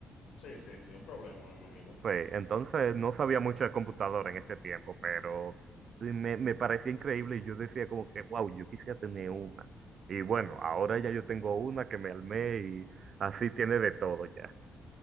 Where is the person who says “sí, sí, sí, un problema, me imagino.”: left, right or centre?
Left